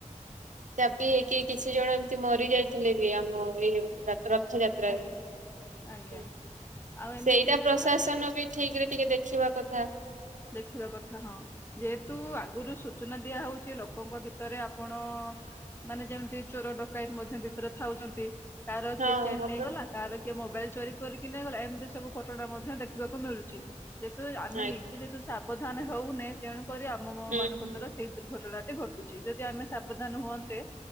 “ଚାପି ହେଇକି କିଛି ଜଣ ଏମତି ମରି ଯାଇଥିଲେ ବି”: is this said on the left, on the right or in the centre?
Right